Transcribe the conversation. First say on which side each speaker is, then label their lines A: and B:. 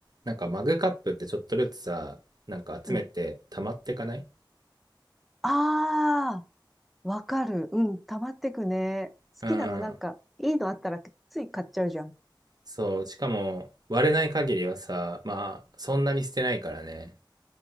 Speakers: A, on the right; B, in the centre.
A: なんかマグカップってちょっとずつさ、なんか集めて溜まってかない
B: うん。ああ、わかる。うん、溜まってくね。好きなのなんか、
A: うん。
B: いいのあったらつい買っちゃうじゃん。
A: そう、しかも割れない限りはさ、まあそんなに捨てないからね。